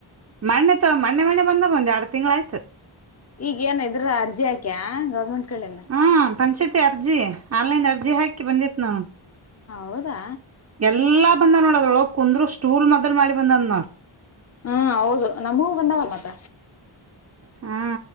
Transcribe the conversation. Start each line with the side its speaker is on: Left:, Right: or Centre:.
Right: ಮನ್ನೆ ತ ಮನ್ನೆ ಮನ್ನೆ ಬಂದದ ಒಂದೆರಡು ತಿಂಗ್ಳ ಆಯ್ತು
Left: ಈಗ ಏನ ಇದ್ರ ಅರ್ಜಿ ಆಕ್ಯ <unintelligible>
Right: ಹ್ಮ್ ಪಂಚಾಯತಿ ಅರ್ಜಿ ಆನ್ಲೈನ್ ಅರ್ಜಿ ಹಾಕಿ ಬಂದಿತ್ ನಾನು
Left: ಹೌದಾ
Right: ಎಲ್ಲಾ ಬಂದ ನೋಡದಳ ಕುಂದರು ಸ್ಟೂಲ್ <unintelligible> ಮಾಡಿ ಬಂದ್ ನಾಳ.
Left: ಹ್ಮ ಹೌದು ನಮಗೂ ಬಂದಾವ ಮತ್ತ
Right: ಹಾ